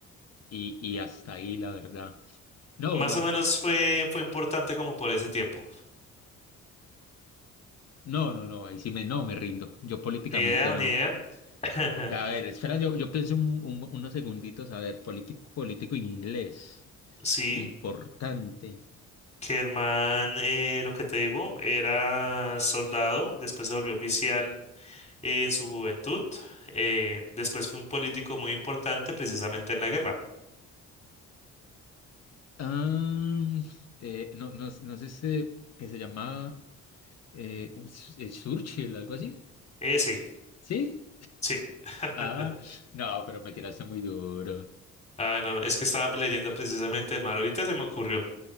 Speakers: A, on the left; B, on the left.
A: y, y hasta ahí, la verdad. No,
B: Más
A: no,
B: o menos fue, fue importante como por ese tiempo.
A: No, no, no, ahí sí me, no, me rindo. Yo políticamente
B: Ni idea,
A: no.
B: ni idea. <laughs>
A: A ver, espera, yo, yo pienso un- un- unos segunditos. A ver, político, político inglés,
B: Sí,
A: importante.
B: que el man, eh, lo que te digo, era soldado, después se volvió oficial eh, en su juventud, eh, después fue un político muy importante precisamente en la guerra.
A: Ah, eh, no, no, no sé si, que se llama eh, Us- eh, Churchill, algo así.
B: Eh, sí,
A: ¿Sí?
B: sí. <laughs>
A: Ah, no, pero me tiraste muy duro.
B: Ah, no, no, es que estaba leyendo precisamente el mar, ahorita se me ocurrió.